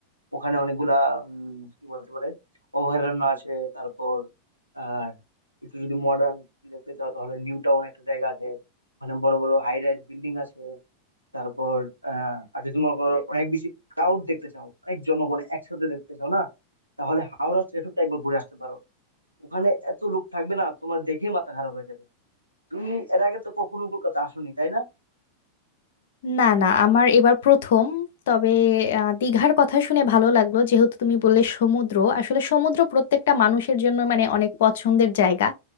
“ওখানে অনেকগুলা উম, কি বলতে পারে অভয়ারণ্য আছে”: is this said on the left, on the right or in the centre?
Right